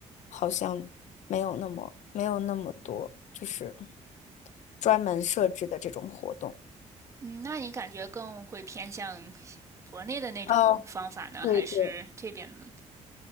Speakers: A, on the left (about 75°); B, on the right (about 25°).
A: 好像没有那么没有那么多，就是专门设置的这种活动。
B: 嗯，那你感觉更会偏向国内的那种方法呢，
A: 哦，对对，
B: 还是这边的？